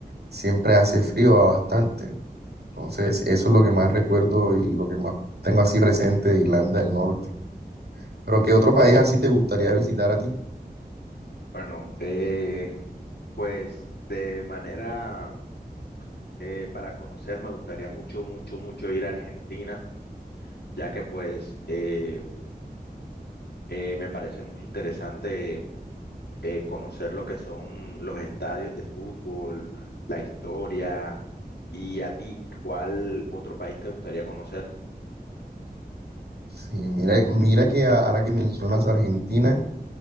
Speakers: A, on the right; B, on the left.
A: siempre hace frío bastante. Entonces, eso es lo que más recuerdo y lo que más tengo así presente de Irlanda del Norte. Pero ¿qué otro país así te gustaría visitar a ti?
B: Bueno, eh, pues de manera eh, para conocer, me gustaría mucho, mucho, mucho ir a Argentina ya que pues eh, eh, me parece muy interesante eh, conocer lo que son los estadios de fútbol, la historia, y a ti, ¿cuál otro país te gustaría conocer?
A: Sí, mira, mira que a- ahora que mencionas Argentina.